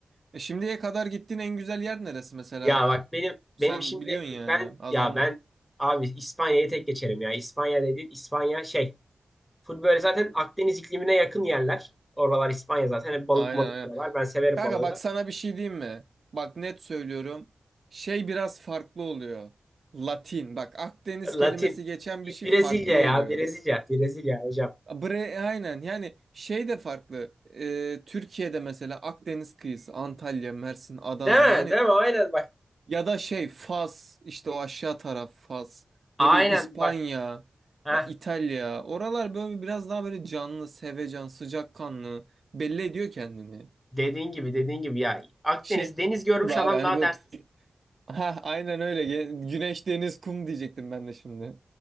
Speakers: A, on the right (about 65°); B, in the centre.
A: E şimdiye kadar gittiğin en güzel yer neresi mesela?
B: Ya bak benim
A: Sen
B: benim şimdi
A: biliyorsun
B: ben
A: yani az
B: ya
A: anlat.
B: ben abi İspanya'yı tek geçerim ya. İspanya dediğin İspanya şey full böyle zaten Akdeniz iklimine yakın yerler. Oralar İspanya zaten hep balık
A: Aynen
B: malık
A: aynen.
B: diyorlar. Ben severim
A: Kanka
B: balığı
A: bak
B: da.
A: sana bir şey diyeyim mi? Bak net söylüyorum. Şey biraz farklı oluyor. Latin. Bak Akdeniz
B: Latin
A: kelimesi geçen
B: Bir
A: bir şey
B: Brezilya
A: farklı oluyor.
B: ya Brezilya Brezilya hocam.
A: Bre aynen yani şey de farklı. Ee, Türkiye'de mesela Akdeniz kıyısı Antalya, Mersin, Adana
B: Değil mi?
A: yani
B: Değil mi? Aynen bak.
A: ya da şey Fas işte o aşağı taraf Fas.
B: Aynen
A: Ne bileyim İspanya
B: bak. Heh,
A: ya İtalya. Oralar böyle biraz daha böyle canlı, sevecen, sıcakkanlı belli ediyor kendini.
B: dediğin gibi dediğin gibi ya Akdeniz
A: Şey
B: deniz görmüş
A: gibi abi
B: adam
A: hani
B: daha
A: bu
B: dersiz.
A: Ha aynen öyle. Ge- Güneş, deniz, kum diyecektim ben de şimdi.